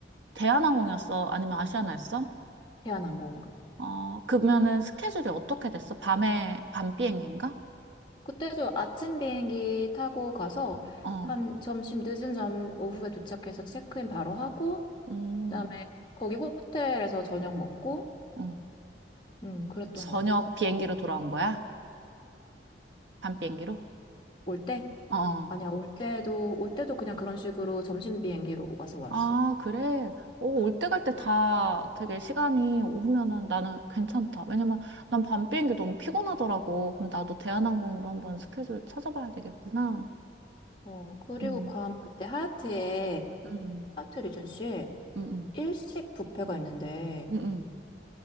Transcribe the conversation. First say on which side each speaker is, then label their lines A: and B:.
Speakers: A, on the right (about 85°); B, on the left (about 25°).
A: 대한항공이었어? 아니면 아시아나였어?
B: 대한항공으로.
A: 어, 그러면은 스케줄이 어떻게 됐어? 밤에 밤 비행기인가?
B: 그때도 아침 비행기 타고 가서
A: 어,
B: 한 점심 늦은 점 오후에 도착해서 체크인 바로 하고
A: 음,
B: 그다음에 거기 호텔에서 저녁 먹고
A: 어,
B: 음 그랬던
A: 저녁
B: 것 같아.
A: 비행기로 돌아온 거야? 밤 비행기로?
B: 올 때?
A: 어. 어.
B: 아니야 올 때도 올 때도 그냥 그런 식으로 점심 비행기로 와서 왔어.
A: 아, 그래? 어, 올 때 갈 때 다 되게 시간이 오면은 나는 괜찮다. 왜냐면 난 밤 비행기 너무 피곤하더라고. 그럼 나도 대한항공으로 한번 스케줄 찾아봐야 되겠구나.
B: 어 그리고
A: 응,
B: 괌 그때 하얏트에
A: 응,
B: 하얏트 리전시에
A: 응, 응,
B: 일식 뷔페가 있는데
A: 응, 응,